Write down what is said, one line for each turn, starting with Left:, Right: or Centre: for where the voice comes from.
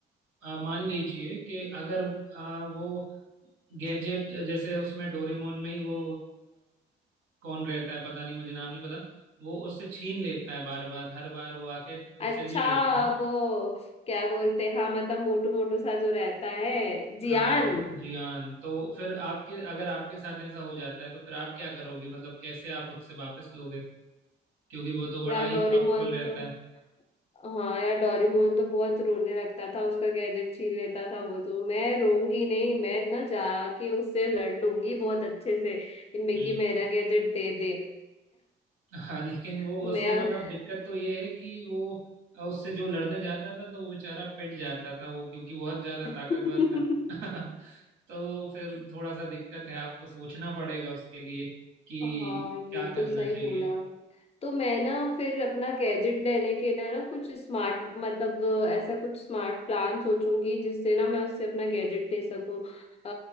Right: अ, मान लीजिए कि अगर अ, वो गैजेट जैसे उसमें डोरेमोन में ही वो कौन रहता है पता नहीं मुझे नाम नहीं पता वो उससे छीन लेता है बार बार हर बार वो आके
Left: अच्छा
Right: उससे ले लेता है
Left: वो क्या बोलते हैं हाँ मतलब मोटू मोटू सा जो रहता है जियान
Right: हाँ जी हाँ तो फिर आपके अगर आपके साथ ऐसा हो जाता है तो फिर आप क्या करोगे मतलब कैसे आप उससे वापस लोगे क्योंकि वो तो बड़ा
Left: यार
Right: ही
Left: डोरेमोन
Right: पावरफुल रहता
Left: तो
Right: है
Left: हाँ यार डोरेमोन तो बहुत रोने लगता था उसका गैजेट छीन लेता था वो तो मैं रोऊंगी नहीं मैं ना जाके उससे लड़ लूंगी बहुत अच्छे से
Right: हम्म।
Left: कि मेरा गैजेट दे दे
Right: हाँ लेकिन वो
Left: <laughs>
Right: उसमें
Left: मैं
Right: मतलब दिक्कत तो ये है कि वो उससे जो लड़ने जाता था तो वो बेचारा पिट जाता था वो क्योंकि बहुत ज्यादा ताकतवर
Left: <laughs>
Right: था <laughs> तो फिर थोड़ा सा दिक्कत है आपको सोचना पड़ेगा उसके लिए कि
Left: हाँ
Right: क्या
Left: ये
Right: करना
Left: तो सही
Right: चाहिए
Left: बोला तो मैं ना फिर अपना गैजेट लेने के ना ना कुछ स्मार्ट मतलब ऐसा कुछ स्मार्ट प्लान सोचूंगी जिससे ना मैं उससे अपना गैजेट ले सकूं अ,